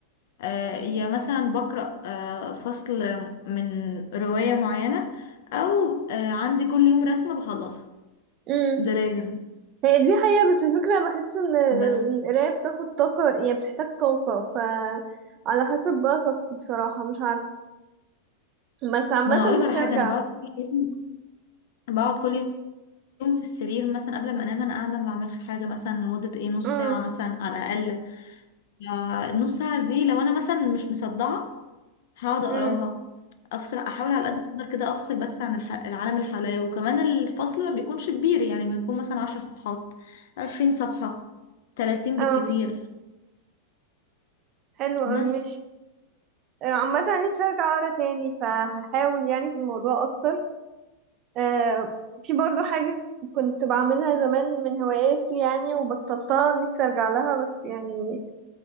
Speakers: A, on the left; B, on the right.
A: آه، يا مثلا بقرأ آه، فصل من رواية معينة أو آه، عندي كل يوم رسمة بخلصها
B: مم.
A: ده لازم
B: هي دي حقيقة بس الفكرة بحس إن
A: بس
B: القراية بتاخد طاقة يعني بتحتاج طاقة ف على حسب بقى طاقتي بصراحة مش عارفة بس عامة
A: ما أنا أقولك
B: نفسي
A: على حاجة
B: أرجع
A: أنا بقعد كل يوم بقعد كل يوم في السرير مثلا قبل ما أنام أنا قاعدة ما بعملش حاجة مثلا لمدة إيه نص
B: مم.
A: ساعة مثلا على الأقل آه، النص ساعة دي لو أنا مثلا مش مصدعة هقعد اقراها
B: مم.
A: افصل احاول على قد ما اقدر كده افصل بس عن الح... العالم اللي حواليا وكمان الفصل ما بيكونش كبير يعني بيكون مثلا عشر صفحات عشرين صفحة تلاتين
B: اه
A: بالكتير
B: حلو أوي
A: بس
B: ماشي. آه، عامة نفسي ارجع ورا تاني فهحاول يعني في الموضوع اكتر آه، في برضو حاجة كنت بعملها زمان من هواياتي يعني وبطلتها نفسي ارجع لها بس يعني